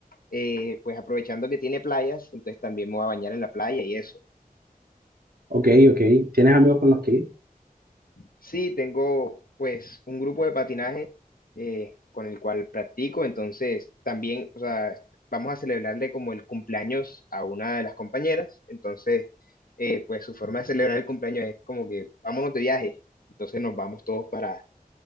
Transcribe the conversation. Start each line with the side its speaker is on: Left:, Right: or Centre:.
Left: Eh, pues aprovechando que tiene playas, entonces también me voy a bañar en la playa y eso.
Right: Ok, ok. ¿Tienes amigos con los que ir?
Left: Sí, tengo pues un grupo de patinaje eh, con el cual practico, entonces también, o sea, vamos a celebrarle como el cumpleaños a una de las compañeras, entonces eh, pues su forma de celebrar el cumpleaños es como que vámonos de viaje, entonces nos vamos todos para,